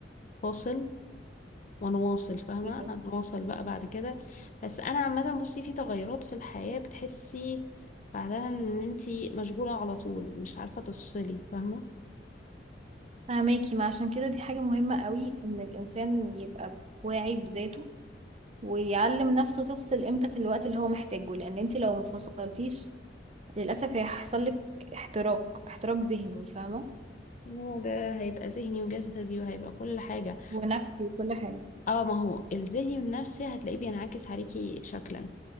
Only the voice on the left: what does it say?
فاصل ونواصل فاهمة
هنواصل بقى بعد كده بس أنا عامة بصي في تغيرات في الحياة بتحسي بعدها إن انتي مشغولة على طول مش عارفة تفصلي فاهمة
وده هيبقى ذهني وجسدي وهيبقى كل حاجة
اه ما هو الذهني والنفسي هتلاقيه بينعكس عليكي شكلا